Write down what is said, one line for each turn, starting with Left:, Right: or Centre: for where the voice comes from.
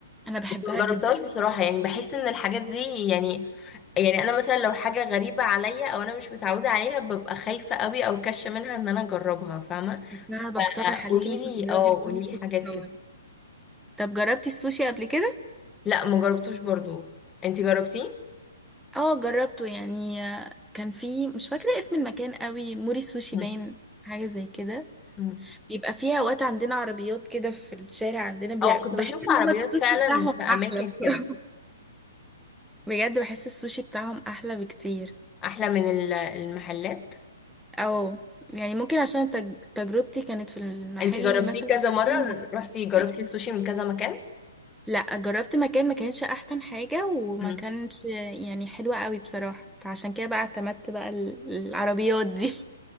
Centre: انا بحبها
Left: بس ما
Centre: جدا
Left: جربتهاش بصراحة يعني بحس ان الحاجات دي يعني يعني انا مثلا لو حاجة غريبة عليا او انا مش متعودة عليها ببقى خايفة قوي او كاشة منها ان انا اجربها فاهمة
Centre: بس انا بقترح
Left: آه،
Centre: عليك
Left: قوليلي
Centre: ان انت تجربي
Left: اه قوليلي
Centre: النودل سويت
Left: حاجات
Centre: اند صور
Left: كده
Centre: طب جربتي السوشي قبل كده
Left: لا ما جربتوش برضو انتي جربتيه
Centre: اه جربته يعني آه، كان في مش فاكرة اسم المكان قوي موري سوشي
Left: مم.
Centre: باين حاجة زي كده
Left: مم.
Centre: بيبقى فيها اوقات عندنا عربيات كده في الشارع عندنا بيع...
Left: اه كنت
Centre: بحس
Left: بشوف
Centre: ان
Left: عربيات
Centre: هما السوشي
Left: فعلا
Centre: بتاعهم
Left: في اماكن
Centre: احلى بصراحة.
Left: كده
Centre: <laughs> بجد بحس السوشي بتاعهم احلى بكتير
Left: احلى من ال- المحلات
Centre: او يعني ممكن عشان تج... تجربتي كانت في المحل
Left: انت جربتيه
Centre: مثلا
Left: كذا
Centre: ما
Left: مرة رحتي
Centre: كانش
Left: جربتي
Centre: حاجة.
Left: السوشي من كذا مكان
Centre: لا جربت مكان ما كانش احسن حاجة وما
Left: مم.
Centre: كانش يعني حلوة قوي بصراحة فعشان كده بقى اعتمدت بقى ال- العربيات دي